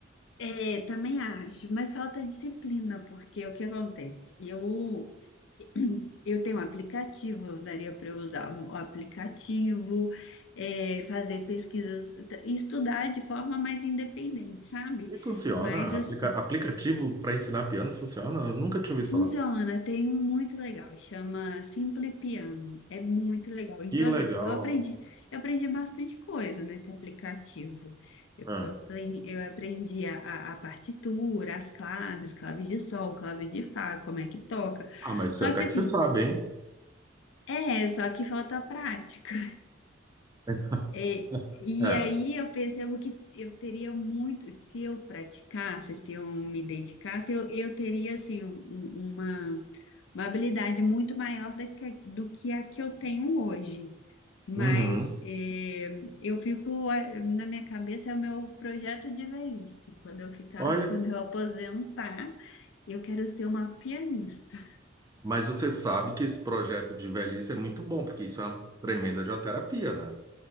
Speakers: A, on the left (about 70°); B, on the right (about 20°).
A: É, também acho, mas falta disciplina, porque o que acontece? Eu, <clears throat> eu tenho um aplicativo, daria para eu usar o aplicativo, é, fazer pesquisas, t- estudar de forma mais independente, sabe?
B: E funciona?
A: Mas assim,
B: Aplica, aplicativo para ensinar piano funciona? Eu nunca tinha ouvido falar.
A: funciona, tem um muito legal, chama Simple Piano, é muito legal. Então,
B: Que legal.
A: assim, eu aprendi, eu aprendi bastante coisa nesse aplicativo.
B: Ah,
A: Eu aprendi a, a- a partitura, as claves, claves de sol, clave de fá, como é que toca.
B: Ah, mas
A: Só
B: até
A: que assim,
B: que você sabe, hein?
A: é, só que falta prática.
B: <laughs>
A: É, e
B: É.
A: aí eu percebo que eu teria muito, se eu praticasse, se eu me dedicasse, eu, eu teria assim um- um- uma, uma habilidade muito maior do que, do que a que eu tenho hoje. Mas
B: Uhum.
A: é, eu fico é, na minha cabeça é o meu projeto de velhice. Quando eu ficar,
B: Olha.
A: <laughs> quando eu aposentar, eu quero ser uma pianista.
B: Mas você sabe que esse projeto de velhice é muito bom, porque isso é uma tremenda de uma terapia, né?